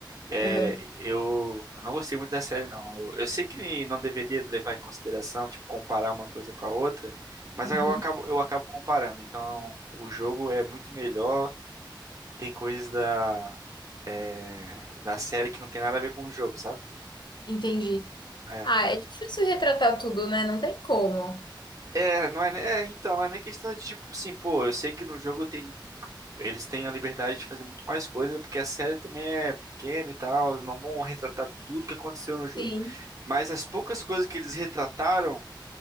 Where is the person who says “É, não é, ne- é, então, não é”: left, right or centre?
Right